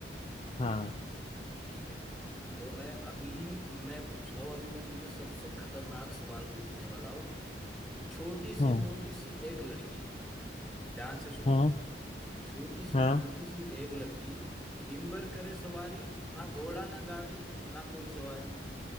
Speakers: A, on the left; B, in the centre.
A: हाँ
B: ठीक है तो मैं अभी मैं पूछता हूँ अभी मैं तुझे सबसे खतरनाक सवाल पूछने वाला हूँ छोटी सी
A: हाँ
B: मोटी सी एक लड़की ध्यान से सुन
A: हाँ
B: छोटी सी
A: हाँ
B: मोटी सी एक लड़की दिन भर करे सवारी ना घोड़ा ना गाड़ी ना कोई सवारी